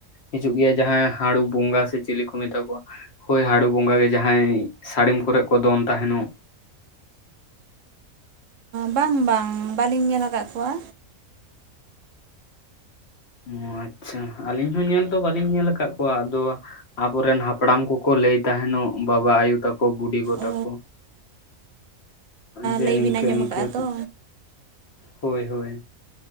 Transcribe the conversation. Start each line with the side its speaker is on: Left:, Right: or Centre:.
Left: ᱦᱤᱡᱩᱜ ᱜᱮᱭᱟ ᱡᱟᱦᱟᱸᱭ ᱦᱟᱸᱲᱩ ᱵᱚᱸᱜᱟ ᱥᱮ ᱪᱤᱞᱤ ᱠᱚ ᱢᱮᱛᱟ ᱠᱚᱣᱟ ᱦᱳᱭ ᱦᱟᱸᱲᱩ ᱵᱚᱸᱜᱟ ᱜᱮ ᱡᱟᱦᱟᱸᱭ ᱥᱟᱹᱲᱤᱢ ᱠᱚᱨᱮ ᱠᱚ ᱫᱚᱱ ᱛᱟᱦᱮᱸᱱᱚᱜ
Right: ᱵᱟᱝ ᱵᱟᱝ ᱵᱟᱹᱞᱤᱧ ᱧᱮᱞ ᱟᱠᱟᱫ ᱠᱚᱣᱟ
Left: ᱚ ᱟᱪᱪᱷᱟ ᱟᱹᱞᱤᱧ ᱦᱚᱸ ᱧᱮᱞ ᱫᱚ ᱵᱟᱹᱞᱤᱧ ᱧᱮᱞ ᱟᱠᱟᱫ ᱠᱚᱣᱟ ᱟᱫᱚ ᱟᱵᱚᱨᱮᱱ ᱦᱟᱯᱲᱟᱢ ᱠᱚ ᱠᱚ ᱞᱟᱹᱭ ᱛᱟᱦᱮᱸᱱᱚᱜ ᱵᱟᱵᱟ ᱟᱭᱳ ᱛᱟᱠᱚ ᱟᱠ ᱵᱩᱰᱤ ᱜᱚ ᱛᱟᱠᱚ
Right: ᱚ
Left: ᱡᱮ
Right: ᱞᱟᱹᱭ
Left: ᱱᱤᱝᱠᱟᱹ
Right: ᱵᱤᱱ ᱟᱸᱡᱚᱢ
Left: ᱤᱱᱠᱟᱹ
Right: ᱟᱠᱟᱫᱼᱟ ᱛᱚ
Left: ᱦᱳᱭ ᱦᱳᱭ